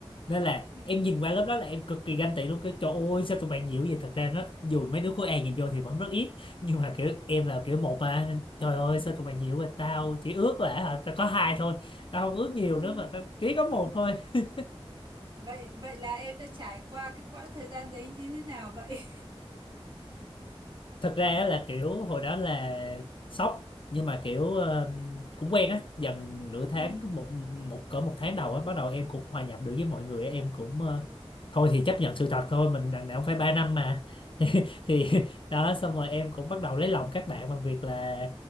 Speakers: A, on the left; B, on the right.
A: nên là
B: ừ,
A: em nhìn qua lớp đó là em cực kỳ ganh tị luôn cái trời ơi sao tụi bạn nhiều vậy thật ra nó dù mấy đứa khối A nhìn vô thì vẫn rất ít nhưng mà kiểu em là kiểu một mà nên, trời ơi sao tụi bạn nhiều vậy tao chỉ ước là hả, tao có hai thôi tao không ước nhiều
B: ừ.
A: nữa mà tao chỉ có một thôi <laughs>
B: vậy vậy là em đã trải qua cái quãng thời gian đấy như thế nào vậy
A: thật ra á là kiểu hồi đó là sốc nhưng mà kiểu ờ, cũng quen á dần
B: <laughs>
A: nửa tháng
B: ừ,
A: một một cỡ một tháng đầu á bắt đầu em cũng hòa nhập được với mọi người á, em cũng ờ, thôi thì chấp nhận sự thật thôi mình đằng nào cũng phải ba năm mà <laughs> thì, thì
B: ừ.
A: đó xong rồi em cũng bắt đầu lấy lòng các bạn bằng việc là